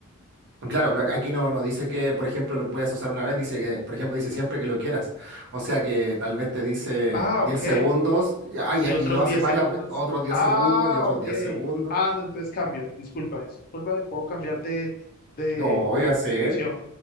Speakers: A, on the right; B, on the left.
A: Claro, pero aquí no, nos dice que, por ejemplo, lo puedes usar una vez, dice que, por ejemplo, dice siempre que lo quieras. O sea que tal vez te dice
B: Ah,
A: 10
B: ok.
A: segundos y, ay,
B: y otros
A: y lo haces
B: 10
A: varias
B: segundos.
A: ve- otros diez
B: Ah,
A: segundos y otros
B: ok.
A: 10 segundos.
B: Ah, no, entonces cambio. Discúlpame, discúlpame, puedo cambiar de, de,
A: O ya
B: de-
A: sé,
B: de opción.